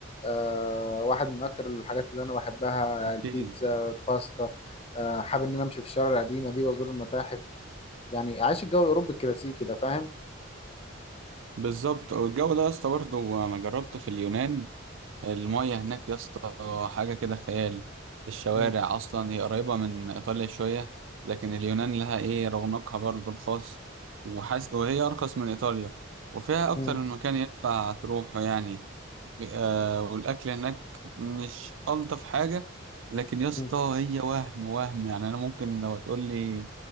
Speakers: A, on the left; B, on the right.
A: آه، واحد من اكتر الحاجات اللي انا بحبها
B: أكيد
A: البيتزا الباستا آه، حابب ان انا امشي في الشوارع القديمه دي وازور المتاحف يعني عايش الجو الاوروبي الكلاسيكي ده فاهم
B: بالظبط والجو ده يا اسطى برضه أنا جربته في اليونان المية هناك يا اسطى حاجة كده خيال الشوارع
A: مم،
B: أصلا هي قريبة من إيطاليا شوية لكن اليونان لها إيه رونقها برضه الخاص وحس... وهي أرخص من إيطاليا وفيها أكتر
A: مم،
B: من مكان يدفع تروحه يعني آه والاكل هناك مش الطف حاجه لكن يا اسطى
A: مم،
B: هي وهم وهم يعني انا ممكن لو تقول لي